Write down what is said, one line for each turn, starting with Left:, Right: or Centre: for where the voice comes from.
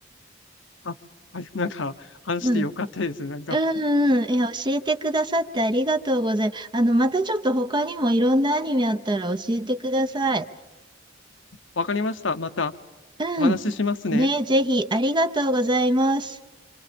Left: あ、はい、なんか話してよかったです。
Right: うん。
Left: なんか、
Right: うんうん。え、教えてくださってありがとうございます。あの、またちょっと他にもいろんなアニメあったら教えてください。
Left: わかりました。また
Right: うん。
Left: お話ししますね。
Right: ね、ぜひ、ありがとうございます。